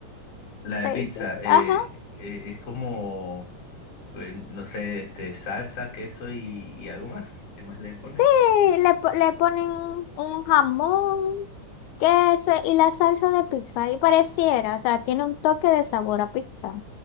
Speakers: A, on the left (about 50°); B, on the left (about 80°).
A: la
B: Sí,
A: de pizza
B: sí.
A: eh,
B: Ajá.
A: eh, es como, eh, no sé, este, salsa, queso y, y algo más. ¿Qué más le ponen?
B: Sí, le, po- le ponen un jamón. Queso y la salsa de pizza. Y pareciera, o sea, tiene un toque de sabor a pizza.